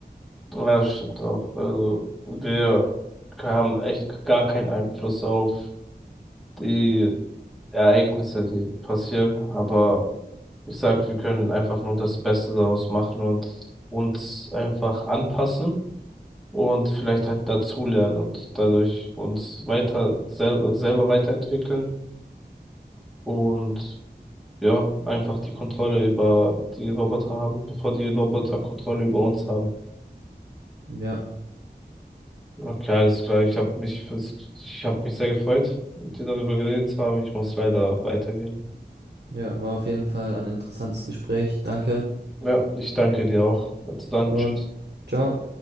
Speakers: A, in the centre; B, on the right.
A: Ja, das stimmt auch. Also, wir haben echt gar keinen Einfluss auf die Ereignisse, die passieren, aber Ich sag, wir können einfach nur das Beste daraus machen und uns einfach anpassen und vielleicht halt dazulernen und dadurch uns weiter selber, selber weiterentwickeln und ja, einfach die Kontrolle über die Roboter haben, bevor die Roboter Kontrolle über uns haben.
B: Ja,
A: Okay, alles klar. Ich habe mich fürs, ich habe mich sehr gefreut, mit dir darüber geredet zu haben. Ich muss leider weitergehen.
B: ja, war auf jeden Fall ein interessantes Gespräch. Danke
A: Ja, ich danke dir auch. Also dann,
B: und
A: tschüss.
B: ciao.